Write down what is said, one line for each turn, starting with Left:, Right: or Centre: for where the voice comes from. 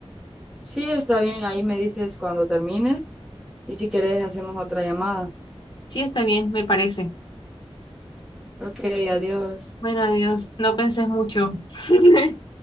Centre: Sí, está bien, ahí me dices cuando termines y si quieres hacemos otra llamada.
Left: Sí, está bien, me parece.
Centre: Ok, adiós.
Left: Bueno, adiós. No pensés mucho. <laughs>